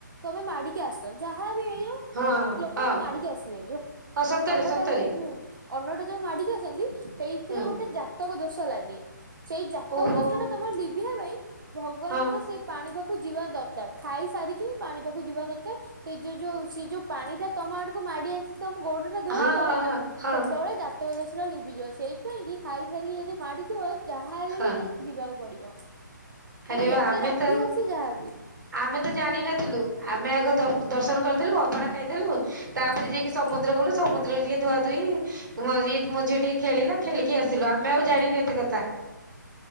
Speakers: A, on the right; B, on the right.
A: ତମେ ମାଡିକି ଆସ ଯାହାଵି ହେଇଯାଉ।
B: ହଁ ହଁ
A: ଲୋକ
B: ହଁ।
A: ମାଡିକି ଆସିବେ ଯୋଉ
B: ହଁ ସତରେ
A: ଅନ୍ନଟା
B: ସତରେ
A: ହୁଁ। ଅନ୍ନଟା ଯୋଉ ମାଡିକି ଆସନ୍ତି ସେଇଥିରେ
B: ହୁଁ
A: ଗୋଟେ ଜାତକ ଦୋଷ ଲାଗେ। ସେଇ ଜାତକ
B: ଓହୋ
A: ଦୋଷଣ ଟା ତମର ଡିଭିଆ ପାଇଁ ଭଗବାନଙ୍କର
B: ହଁ
A: ସେ ପାଣି ପାଖକୁ ଯିବା ଦରକାର ଖାଇ ସାରିକି ପାଣି ପାଖକୁ ଯିବା ଦରକାର। ସେ ଯୋଉ ଯୋଉ ସେ ଯୋଉ ପାଣି ଟା ତମ ଆଡକୁ ମାଡି ଆସିକି ତମ ଗୋଡଟା ଧୋଇଦବ
B: ହଁ ହଁ ହଁ ହଁ।
A: ସେତେବେଳେ ଯା ତକ ଲିଭିଯିବ ସେଇପାଇଁ କିି ଖାଇ ସାରିକି ଯଦି ମାଡିଥିବ ଯାହାହଲେ
B: ହଁ
A: ବି ସେ ଯିବାକୁ ପଡିବ
B: ଆରେ
A: ମାନେ
B: ବା
A: ଯେତେ
B: ଆମେ
A: ରାତି
B: ତ
A: ହଉ ସେ ଯାହା
B: ଆମେ ତ ଜାଣିନଥିଲୁ ଆମେ ଆଗ ଦ-ଦର୍ଶନ କରିଦେଲୁ ଅବଢା ଖାଇଦେଲୁ। ତାପରେ
A: ହୁଁ
B: ଯାଇକି ସମୁଦ୍ର ଗଲୁ ସମୁଦ୍ରରେ ଟିକେ ଧୁଆ ଧୁଇ ମୋ ଝି ମୋ ଝିଅ ଟିକିଏ ଖେଳିଲା ଖେଳିକି ଆସିଲୁ ଆମେ ଆଉ ଜାଣିନୁ
A: ହୁଁ।
B: ଏତେ କଥା।